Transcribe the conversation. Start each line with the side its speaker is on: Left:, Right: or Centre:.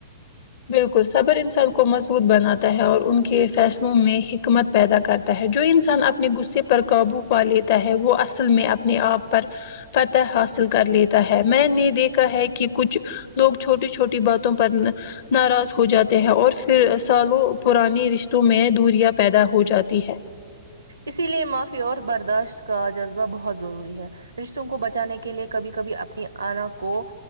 Left: بالکل صبر انسان کو مضبوط بناتا ہے اور ان کے فیصلوں میں حکمت پیدا کرتا جو انسان اپنے غصے پر قابو پا لیتا ہے وہ اصل میں اپنے آپ پر پتہ حاصل کر لیتا ہے میں نے دیکھا ہے کہ کچھ لوگ چھوٹی چھوٹی باتوں پر ناراض ہو جاتے ہیں اور پھر سالوں پرانی رشتوں میں دوریا پیدا ہو جاتی ہے
Right: اسی لیے معافی اور برداشت کا جذبہ بہت ضروری ہے رشتوں کو بچانے کے لیے کبھی کبھی اپنی آنا کو